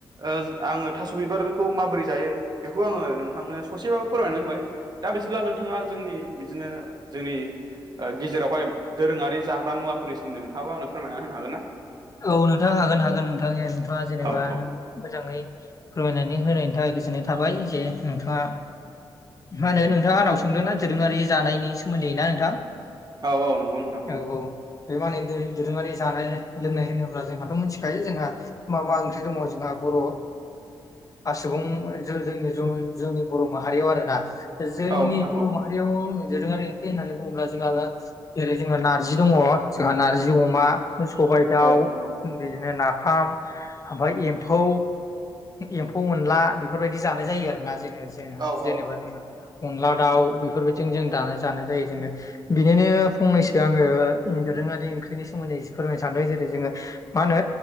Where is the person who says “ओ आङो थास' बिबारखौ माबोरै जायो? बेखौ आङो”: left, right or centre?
Right